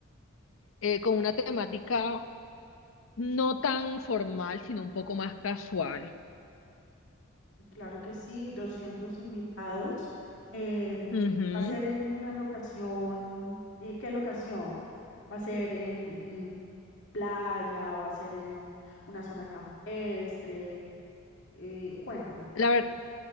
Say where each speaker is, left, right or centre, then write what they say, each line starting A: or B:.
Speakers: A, on the left; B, on the left.
A: eh, con una temática no tan formal, sino un poco más casual.
B: Claro que sí, 200 invitados. Eh, mm,
A: Ujú.
B: va a ser en una locación, eh, ¿qué locación? Va a ser en, en playa, va a ser en una zona campestre. Eh, cuéntame.
A: La ver-